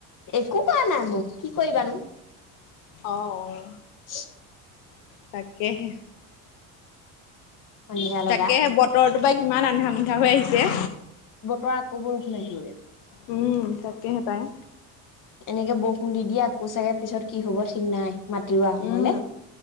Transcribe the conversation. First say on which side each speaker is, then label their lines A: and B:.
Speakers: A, on the left; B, on the left.
A: একো কোৰা নাই মোক কি কৰিবানো।
B: অ অ।
A: <unintelligible>
B: তাকেহে।
A: সন্ধিয়া লগা
B: তাকেহে বতৰ ত পৰাাই কিমান আন্ধা মন্ধা হৈ আহিছে।
A: বতৰ আকৌ বৰসি <unintelligible>
B: উম তাকেহে পায়।
A: এনেকে বৰষুণ দি দিয়ে আকৌ চাগে পিছত কি হব ঠিক নাই। মাটি ৰোৱা সময়লে।
B: উম